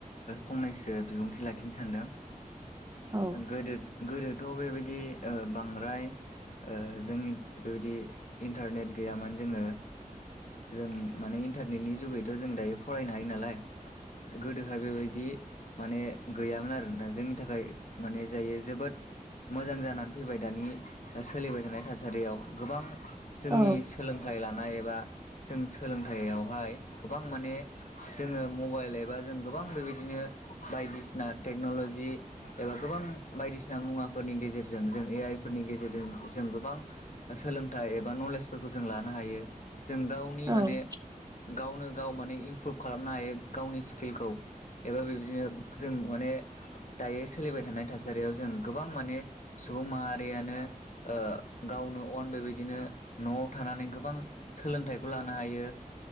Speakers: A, on the left; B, on the right.
A: फंनैसो बिबुंथि लाखिनो सानदों
B: औ
A: ओं गोदो गोदोथ' बेबायदि ओ बांद्राय जोंनि बेबायदि इन्टारनेट गैयामोन जोङो जों माने इन्टारनेटनि जुगैथ' जों दायो फरायनो हायो नालाय गोदोहाय बेबायदि माने गैयामोन आरोना जोंनि थाखाय माने जायो जोबोद मोजां जानानै फैबाय दानि सोलिबाय थानाय थासारियाव गोबां जोंनि
B: औ
A: सोलोंथाइ लानाय एबा जों सोलोंथाइयावहाय गोबां माने जोङो मबाइल एबा जों गोबां बेबायदिनो बायदिसिना टेक्नल'जि एबा गोबां बायदिसिना मुवाफोरनि गेजेरजों जों ए आइ फोरनि गेजेरजों जों गोबां सोलोंथाइ एबा नलेजफोरखौ जों लानो हायो जों गावनि
B: औ
A: माने गावनो गाव माने इमप्रुभ खालामनो हायो गावनि स्किलखौ एबा बे बादिनो दिनो जों माने दायो सोलिबाय थानाय थासारियाव जों गोबां माने सुबुं माहारियानो ओ गाव नो अन बेबायदिनो न'वाव थानानै गोबां सोलोंथाइखौ लानो हायो